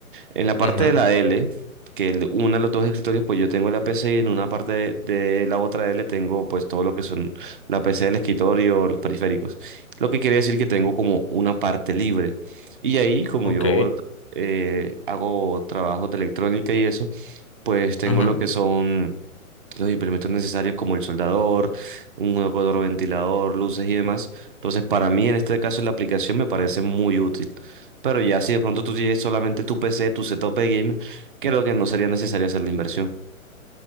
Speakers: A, on the right; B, on the left.
A: En la parte
B: ujú.
A: de la L, que el- una de los dos escritorios, pues yo tengo la PC y en una parte de, de la otra L tengo pues todo lo que son la PC del escritorio, los periféricos. Lo que quiere decir que tengo como una parte libre. Y ahí, como
B: Ok.
A: yo eh, hago trabajos de electrónica y eso, pues tengo
B: Ujú.
A: lo que son los implementos necesarios como el soldador, un jugador ventilador, luces y demás. Entonces, para mí en este caso la aplicación me parece muy útil. Pero ya si de pronto tú tienes solamente tu PC, tu setup de gamer, creo que no sería necesario hacer la inversión.